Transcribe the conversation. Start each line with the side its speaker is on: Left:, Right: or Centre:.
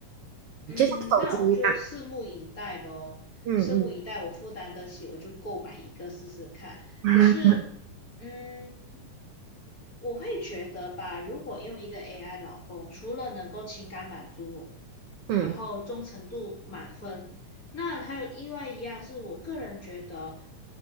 Left: 嗯，
Right: 就像手机一样。
Left: 那我就拭目以待咯，
Right: 嗯嗯
Left: 拭目以待，我负担得起，我就购买一个试试看。
Right: <laughs>
Left: 可是，嗯，我会觉得吧，如果用一个 AI 老公，除了能够情感满足我，
Right: 嗯。
Left: 然后忠诚度满分，那还有另外一样是我个人觉得，